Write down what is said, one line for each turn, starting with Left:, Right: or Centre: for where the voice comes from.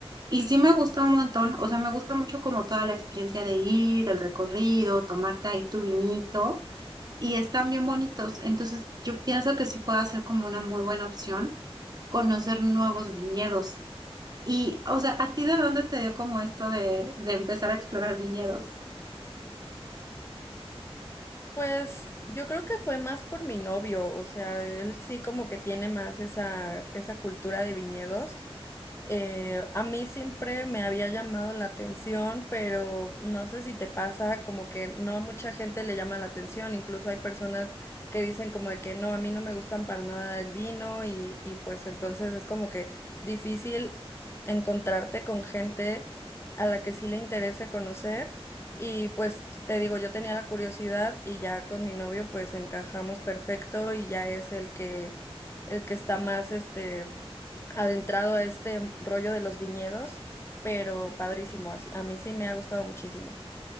Right: Y sí me gustó un montón, o sea, me gusta mucho como toda la experiencia de ir, el recorrido, tomarte ahí tu vinito, y están bien bonitos. Entonces, yo pienso que sí puede ser como una muy buena opción conocer nuevos viñedos. Y, o sea, ¿a ti de dónde te dio como esto de, de empezar a explorar viñedos?
Left: Pues yo creo que fue más por mi novio, o sea, él sí como que tiene más esa, esa cultura de viñedos Eh, a mí siempre me había llamado la atención, pero no sé si te pasa como que no a mucha gente le llama la atención, incluso hay personas que dicen como de que no, a mí no me gustan para nada el vino y, y pues entonces es como que difícil encontrarte con gente a la que sí le interese conocer y pues te digo, yo tenía la curiosidad y ya con mi novio pues encajamos perfecto y ya es el que el que está más este adentrado a este rollo de los viñedos, pero padrísimo, así- a mí sí me ha gustado muchísimo.